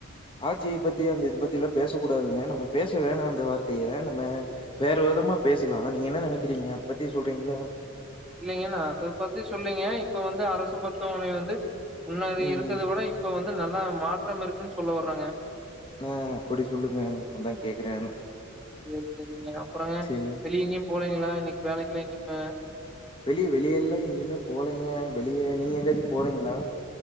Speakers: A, on the left; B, in the centre.
A: ஆட்சிய பத்தி அந்த இது பத்தி எல்லா பேச கூடாதுங்க நம்ம பேச வேணா அந்த வார்த்தையை நம்ம வேற விதமா பேசலா நீங்க என்ன நெனைக்கிறீங்க அத பத்தி சொல்றீங்களா
B: இல்லைங்க நா அத பத்தி சொல்லைங்க இப்ப வந்து அரசு மருத்துவமனை வந்து முன்னாடி
A: ம்.
B: இருக்கதை விட இப்ப வந்து நல்லா மா ற்றம் இருக்குன்னு சொல்ல வர்றங்க
A: ஆ அப்படி சொல்லுங்க. அதான் கேக்குறேன்.
B: செரி செரிங்க அப்புறங்க
A: சரி.
B: வெளிய எங்கேயும் போலீங்களா இன்னைக்கு வேலைக்குலாம் எங்க <unintelligible>
A: வெளி வெளி எல்லா எங்கயுமே போலங்க வெளிய நீங்க எங்கயாச்சும் போறீங்களா